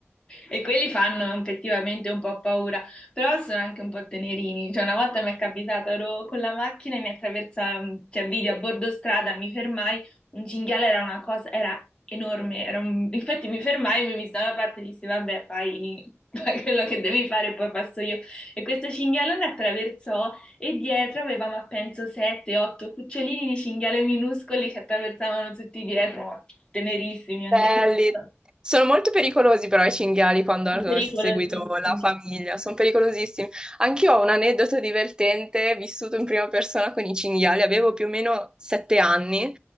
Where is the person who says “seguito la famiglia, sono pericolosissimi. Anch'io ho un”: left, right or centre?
Right